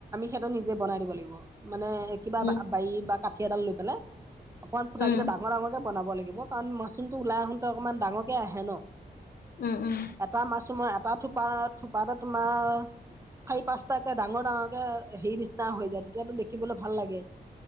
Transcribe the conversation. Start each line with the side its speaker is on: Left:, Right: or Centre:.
Right: সটো নিজে বনাই দিব লাগিব। মানে কিবা
Left: উম
Right: বাৰী বা ক কডাল লৈ পেলাই অকমান ফুট
Left: উম
Right: কেইটা ডাঙ ডাঙৰক বনাব লাগিব কাৰণ মাচৰুমটো ওলাই আহোনতে অকনমান ডাঙৰকে আহে ন
Left: উম উম।
Right: এটা মাছো মই এটা থোপা থোপাতে তোমাৰ চাৰি পাঁচটাকে ডাঙৰ ডাঙৰকে হেৰি নিচিনা হৈ যায় তেতিয়াতো দেখিবলৈ ভাল লাগে।